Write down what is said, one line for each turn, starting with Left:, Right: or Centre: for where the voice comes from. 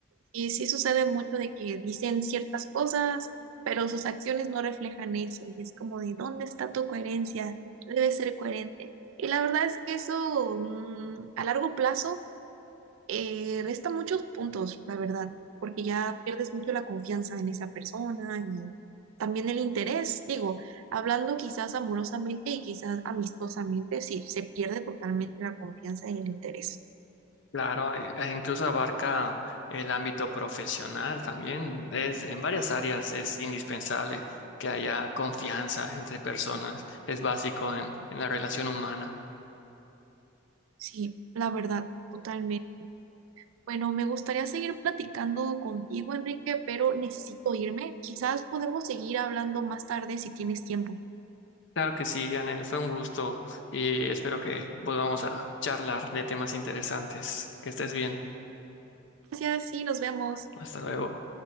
Right: Y sí sucede mucho de que dicen ciertas cosas, pero sus acciones no reflejan eso. Y es como de, ¿dónde está tu coherencia? debe ser coherente. Y la verdad es que eso mm, a largo plazo eh, resta muchos puntos, la verdad, porque ya pierdes mucho la confianza en esa persona y también el interés. Digo, hablando quizás amorosamente y quizás amistosamente, sí, se pierde totalmente la confianza y el interés.
Left: Claro, e- e incluso abarca el ámbito profesional también. Es, en varias áreas es indispensable que haya confianza entre personas. Es básico en, en la relación humana.
Right: Sí, la verdad, totalmente. Bueno, me gustaría seguir platicando contigo, Enrique, pero necesito irme. Quizás podemos seguir hablando más tarde si tienes tiempo.
Left: Claro que sí, Anel, fue un gusto y espero que volvamos a charlar de temas interesantes. Que estés bien.
Right: Gracias, sí, nos vemos.
Left: Hasta luego.